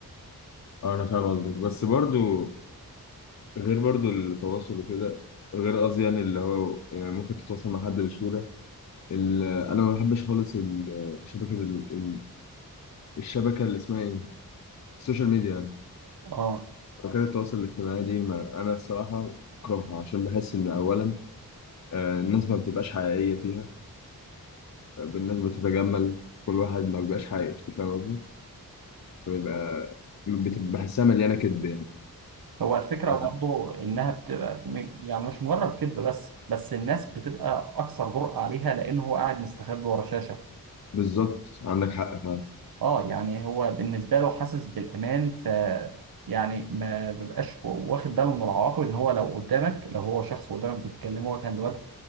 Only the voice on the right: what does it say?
اه
هو الفكره
برضه انها بتبقى م- يعني مش مجرد كذب بس بس الناس بتبقى اكثر جرأة عليها لان هو قاعد مستخبي ورا شاشه
اه يعني هو بالنسبه له حاسس بالامان ف يعني ما بيبقاش واخد باله من العواقب ان هو لو قدامك لو هو شخص قدامك بيتكلم وجها لوجه